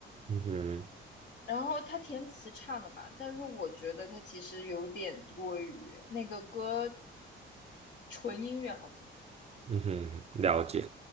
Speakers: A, on the right; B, on the left.
A: 嗯哼。
B: 然后他填词唱的嘛，但是我觉得他其实有点多余，那个歌纯音乐好听，
A: 嗯哼，了解。